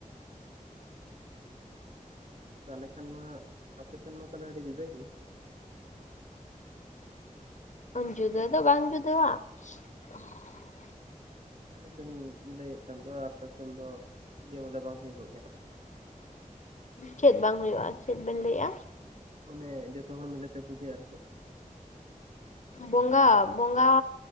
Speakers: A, on the right; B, on the left.
A: ᱛᱟᱦᱚᱸᱞᱮ ᱠᱷᱟᱱ ᱢᱟ, ᱟᱯᱮ ᱥᱮᱱ ᱢᱟ ᱛᱟᱦᱚᱸᱞᱮ ᱟᱹᱰᱤ ᱡᱩᱫᱟᱹ ᱜᱮ,
B: ᱡᱩᱫᱟᱹ ᱫᱚ ᱵᱟᱝ ᱡᱩᱫᱟᱹᱣᱟ, <inaudible>
A: ᱚᱱᱮ ᱵᱤᱱ ᱞᱟᱹᱭᱮᱫ ᱠᱟᱱ ᱫᱚ ᱟᱯᱮ ᱥᱮᱱ ᱫᱚ ᱤᱭᱟᱹ ᱵᱚᱞᱮ ᱵᱟᱝ ᱦᱩᱭᱩᱜᱚᱜ ᱜᱮᱭᱟ
B: ᱪᱮᱫ ᱵᱟᱝ ᱦᱩᱭᱩᱜ-ᱟ᱾ ᱪᱮᱫ ᱵᱮᱱ ᱞᱟᱹᱭᱮᱫ-ᱟ?
A: ᱚᱱᱮ ᱡᱚᱛᱚ ᱦᱚᱲ ᱢᱤᱞᱮᱛᱮ ᱯᱩᱡᱟᱹ ᱟᱹᱨᱠᱤ᱾
B: ᱵᱚᱸᱜᱟ ᱵᱚᱸᱜᱟᱻ